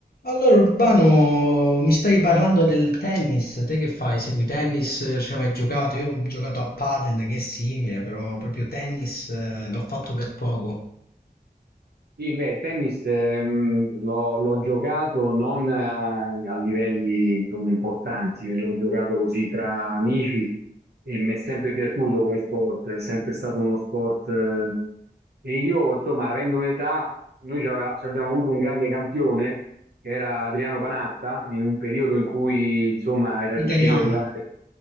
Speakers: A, on the left; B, on the right.
A: Allora, Urbano, mi stavi parlando del tennis, te che fai? Segui tennis, ci hai mai giocato? Io ho giocato a padel, che è simile, però proprio tennis eh, l'ho fatto per poco.
B: Sì, beh, il tennis ehm, l'ho l'ho giocato non eh, a, livelli insomma, importanti, l'ho giocato così tra amici e mi è sempre piaciuto come sport, è sempre stato uno sport. eh, e io, insomma, avendo un'età, noi ci aveva- ci abbiamo avuto un grande campione che era Adriano Panatta, in un periodo in cui insomma era riuscito
A: Italiano.
B: a arrivare.